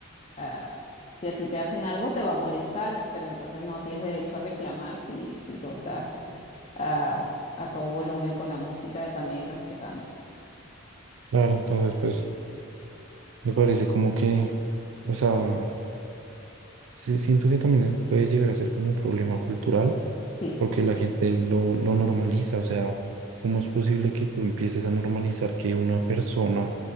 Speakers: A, on the left; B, on the right.
A: Ah, si a ti te hacen algo, te va a molestar, pero entonces no tienes derecho a reclamar si, si tú estás a, a todo volumen con la música también respetando.
B: Claro, entonces pues me parece como que, o sea, sí siento que también puede llegar a ser como un problema cultural
A: Sí,
B: porque la gente lo, lo normaliza, o sea, ¿cómo es posible que tú empieces a normalizar que una persona